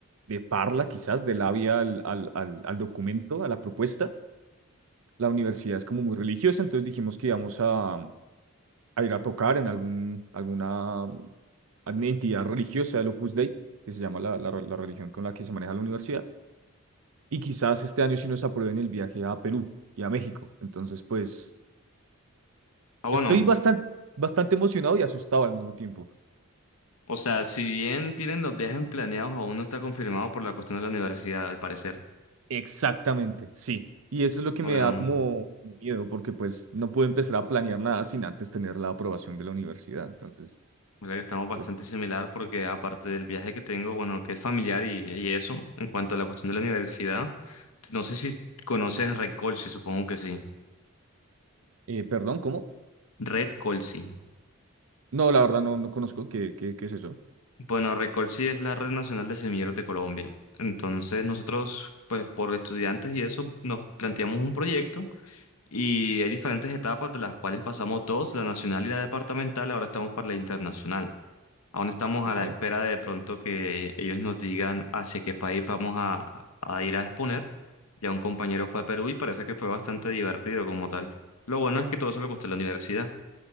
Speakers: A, on the right; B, on the left.
A: de parla, quizás, de labia al, al, al al documento, a la propuesta la universidad es como muy religiosa, entonces dijimos que íbamos a, a ir a tocar en algún, alguna mm, entidad religiosa del Opus Dei, que se llama la, la la religión con la que se maneja la universidad, y quizás este año sí nos aprueben el viaje a Perú y a México. Entonces, pues
B: Ah, bueno,
A: estoy bastante, bastante emocionado y asustado al mismo tiempo.
B: o sea, si bien tienen los viajes planeados, aún no está confirmado por la cuestión de la universidad, al parecer.
A: Exactamente, sí. Y eso es lo que
B: Bueno.
A: me da como miedo, porque pues no puedo empezar a planear nada sin antes tener la aprobación de la universidad. Entonces,
B: O sea que estamos bastante
A: pues,
B: similar porque aparte del viaje que tengo, bueno, que es familiar y, y eso, en cuanto a la cuestión de la universidad, no sé si conoces Red Colsi, supongo que sí.
A: eh, perdón, ¿cómo?
B: Red Colsi.
A: No, la verdad no, no conozco qué, qué, qué es eso.
B: Bueno, Red Colsi es la red nacional de semilleros de Colombia. Entonces nosotros, pues por estudiantes y eso, nos planteamos un proyecto y hay diferentes etapas de las cuales pasamos dos, la nacional y la departamental, ahora estamos para la internacional. Aún estamos
A: Ok.
B: a la espera de pronto que ellos nos digan hacia qué país vamos a, a ir a exponer. Ya un compañero fue a Perú y parece que fue bastante divertido como tal. Lo bueno es que todo eso lo costó la universidad.